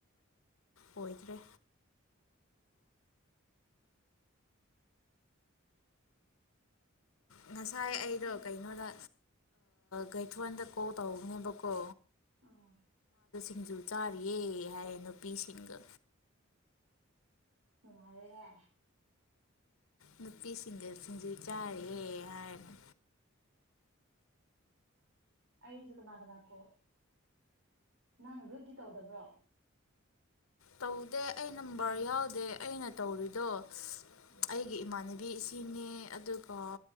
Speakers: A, on the left; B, on the right.
A: ꯑꯣꯏꯗ꯭ꯔꯦ ꯉꯁꯥꯏ
B: ꯅꯣꯏ
A: ꯑꯩꯗꯣ
B: ꯅꯣꯏꯅ
A: ꯀꯩꯅꯣꯗ ꯒꯩꯊꯟꯗ ꯀꯣ ꯇꯧꯅꯦꯕꯀꯣ
B: ꯑ
A: ꯁꯤꯡꯖꯨ ꯆꯥꯔꯤꯌꯦ ꯍꯥꯏ ꯅꯨꯄꯤꯁꯤꯡꯒ
B: ꯎꯉꯔꯦꯍꯦ
A: ꯅꯨꯄꯤꯁꯤꯡꯗ ꯁꯤꯡꯁꯤꯩ ꯆꯥꯔꯦ ꯍꯥꯏꯅ
B: ꯑꯩꯁꯨ ꯀꯅꯥ ꯀꯅꯥꯀꯣ ꯅꯪ ꯔꯨꯇꯤ ꯇꯧꯗꯕ꯭ꯔꯣ
A: ꯇꯧꯗꯦ ꯑꯩ ꯅꯝꯕꯔ ꯌꯥꯎꯗꯦ ꯑꯩꯅ ꯇꯧꯔꯤꯗꯣ
B: ꯑꯥ
A: ꯑꯩꯒꯤ ꯏꯃꯥꯅ ꯏꯕꯤ ꯏꯁꯤꯡꯅꯦ ꯑꯗꯨꯒ